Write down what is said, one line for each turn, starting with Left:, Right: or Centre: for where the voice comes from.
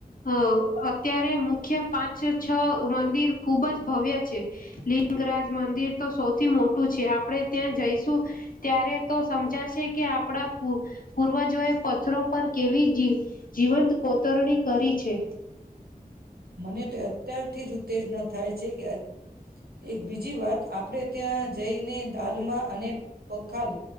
Left: અહ અત્યારે મુખ્ય પાંચ છ મંદિર ખૂબજ ભવ્ય છે. લિંગરાજ મંદિર તો સૌથી મોટું છે. આપડે ત્યાં જઈશું, ત્યારે તો સમજાશે કે આપડા પૂ પૂર્વજોએ પથરો પર કેવી જીવ જીવંત કોતરણી કરી છે.
Right: મને તો અત્યારથી જ ઉત્તેજના થાય છે કે, એક બીજી વાત આપડે ત્યાં જઈને દાલમાં અને પખાલ